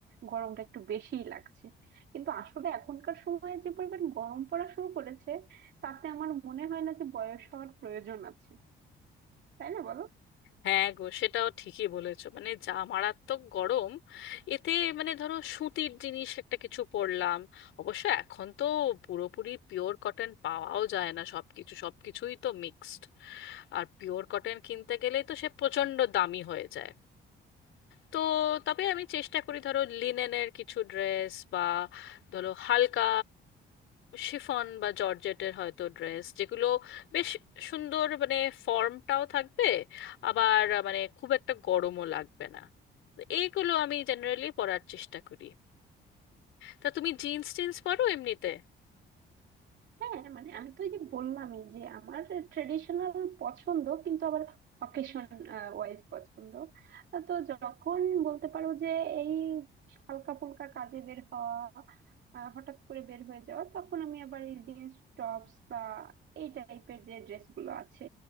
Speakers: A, on the right (about 65°); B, on the left (about 80°).
A: গরমটা একটু বেশিই লাগছে কিন্তু আসলে এখনকার সময়ে যে পরিমাণ গরম পড়া শুরু করেছে তাতে আমার মনে হয় না যে বয়স হওয়ার প্রয়োজন আছে তাই না বলো
B: হ্যাঁ গো সেটাও ঠিকই বলেছো মানে যা মারাত্মক গরম এতে মানে ধরো সুতির জিনিস একটা কিছু পরলাম অবশ্য এখন তো পুরোপুরি পিওর কটন পাওয়াও যায় না সবকিছু সবকিছুই তো মিক্সড আর পিওর কটন কিনতে গেলেই তো সে প্রচণ্ড দামি হয়ে যায় তো তবে আমি চেষ্টা করি ধরো লিনেনের কিছু ড্রেস বা ধরো হালকা শিফন বা জর্জেটের হয়তো ড্রেস যেগুলো বেশ সুন্দর মানে ফর্মটাও থাকবে আবার আহ, মানে খুব একটা গরমও লাগবে না তো এইগুলো আমি জেনারেলি পরার চেষ্টা করি তা তুমি জিন্স টিন্স পরো এমনিতে
A: হ্যাঁ মানে আমি তো এই যে বললামই যে আমার ট্রেডিশনাল পছন্দ কিন্তু আবার অকেশন ওয়াইজ পছন্দ আহ, তো যখন বলতে পারো যে এই হালকা ফুলকা কাজে বের হওয়া আহ, হঠাৎ করে বের হয়ে যাওয়া তখন আমি আবার এই জিন্স টপস বা এই টাইপের যে ড্রেস গুলো আছে